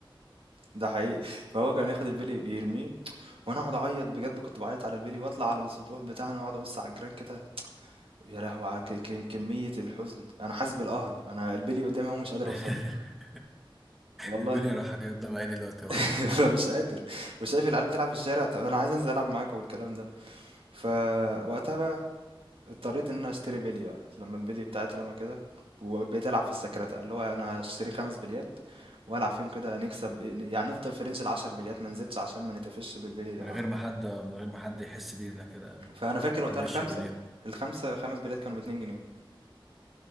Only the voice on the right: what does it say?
ده حقيقي فهو كان ياخد البلي ويرميه وانا اقعد اعيط بجد كنت بعيط على البلي واطلع على السطوح بتاعنا واقعد ابص على الجيران كده يا لهوي على ك- كم- كمية الحزن انا حاسس بالقهرة انا البلي قدامي هو مش قادر
اوصل له والله
<laughs> مش قادر وشايف العيال بتلعب في الشارع طب انا عايز انزل العب معاكم والكلام ده فوقتها بقى اضطريت ان انا اشتري بلي بقى لما البلي بتاعي اترمى كده وبقيت العب في السكرتة اللي هو انا هشتري خمس بليات والعب فيهم كده نكسب يعني نفضل في رينج العشر بليات ما نزيدش عشان ما نتقفش بالبلي اللي
معانا
فانا فاكر وقتها
الخمسه
الخمسه خمس بليات كانوا باتنين جنيه